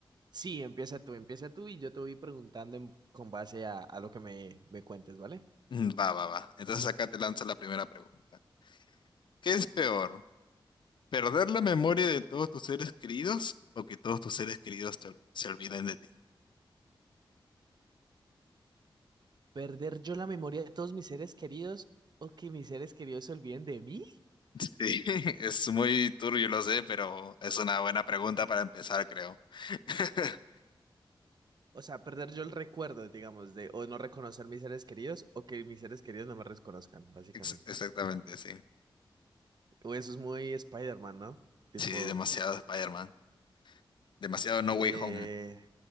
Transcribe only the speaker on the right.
sí, empieza tú, empieza tú y yo te voy preguntando en- con base a, a lo que me, me cuentes, ¿vale?
¿Perder yo la memoria de todos mis seres queridos o que mis seres queridos se olviden de mí?
O sea, perder yo el recuerdo, digamos, de o no reconocer mis seres queridos o que mis seres queridos no me reconozcan, básicamente.
O eso es muy Spider-Man, ¿no? Tipo,
eh...